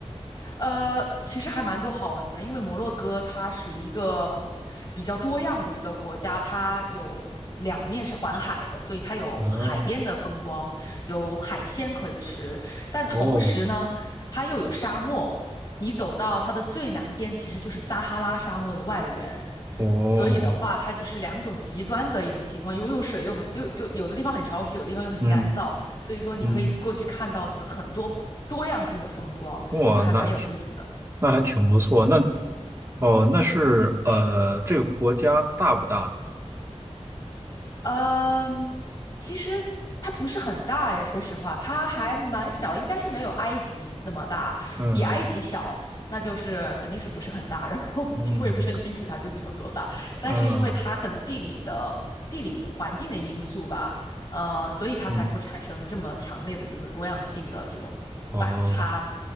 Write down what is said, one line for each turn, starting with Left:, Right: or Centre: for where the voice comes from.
Left: 呃，其实还蛮多好玩的，因为摩洛哥它属于一个比较多样的一个国家，它有两面是环海的，所以它有海边的风光，
Right: 嗯，
Left: 有海鲜可以吃，但同时呢，
Right: 哦，
Left: 它又有沙漠。你走到它的最南边，其实就是撒哈拉沙漠的外缘。
Right: 哦，
Left: 所以的话，它就是两种极端的一种情况，又又水又很又又有的地方很潮湿，有的地方又很干燥。
Right: 嗯
Left: 所以说，你可以过去看到就是很多多样性的风光。
Right: 嗯，哇，
Left: 就还蛮有意思的。
Right: 那挺那还挺不错。那哦，那是呃，这个国家大不大？
Left: 嗯，其实它不是很大诶，说实话，它还蛮小，应该是没有埃及那么大，
Right: 嗯
Left: 比埃及小，那就是肯定是不是很大。<laughs> 然后其实我也不是很清楚它究竟有多大，
Right: 嗯嗯
Left: 但是因为它可能地理的地理环境的因素吧，
Right: 嗯
Left: 呃，所以它才会产生这么强烈的就是多样性的这种反差，
Right: 嗯，哦。